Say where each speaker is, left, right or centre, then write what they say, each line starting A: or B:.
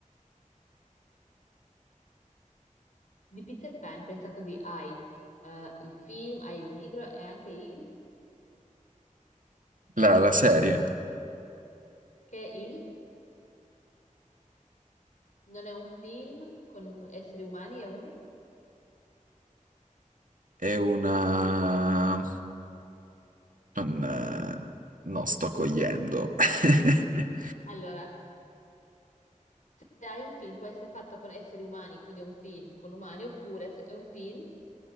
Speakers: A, on the left (about 70°); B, on the right (about 75°).
A: Di Peter Pan, pensa così, hai eh, il film, hai il libro e anche il...
B: La, la serie
A: Che il non è un film con esseri umani, è un...
B: è una... non, eh, non sto cogliendo. <laughs>
A: Allora, se hai un film può essere fatto con esseri umani, quindi è un film con umani, oppure se è un film